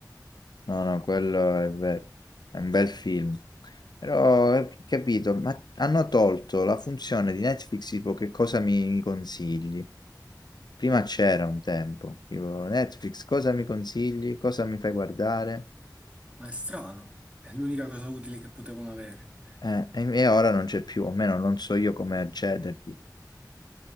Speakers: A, on the left; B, on the right.
A: No, no, quello è vero, è un bel film. Però, eh, capito, ma hanno tolto la funzione di Netflix, tipo che cosa mi consigli? Prima c'era un tempo, tipo Netflix, cosa mi consigli? Cosa mi fai guardare?
B: Ma è strano. È l'unica cosa utile che potevano avere.
A: Eh, e e ora non c'è più, o almeno non so io come accedervi.